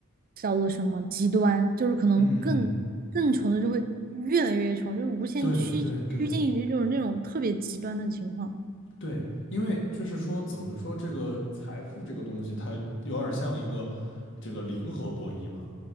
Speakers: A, on the right (about 40°); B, on the left (about 60°).
A: 叫做什么极端，就是可能更更穷的就会越来越穷，
B: 嗯，
A: 就是无限趋趋近于就是那种特别极端的情况。
B: 对对对，对，因为就是说，怎么说这个财富这个东西，它有点像一个这个零和博弈嘛，